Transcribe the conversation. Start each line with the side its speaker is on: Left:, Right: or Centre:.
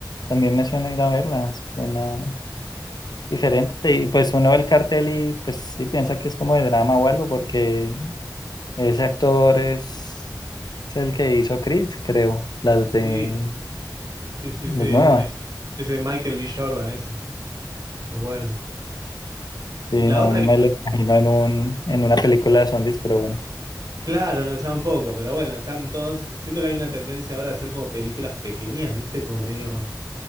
Left: también me suena ir a verla. Suena, diferente. Y pues uno ve el cartel y pues sí piensa que es como de drama o algo, porque ese actor es, es el que hizo Creed, creo, las de
Right: Sí, sí, sí,
Left: las
Right: sí.
Left: nuevas.
Right: es mi- Ese Michael B. Jordan, ese. Qué bueno.
Left: Sí,
Right: La
Left: no
Right: otra
Left: me
Right: que,
Left: lo imagino en un, en una película de zombies, pero bueno.
Right: claro, no, ya un poco, pero bueno, están todos. Siento que hay una tendencia ahora a hacer como películas pequeñas, ¿viste? Como medio.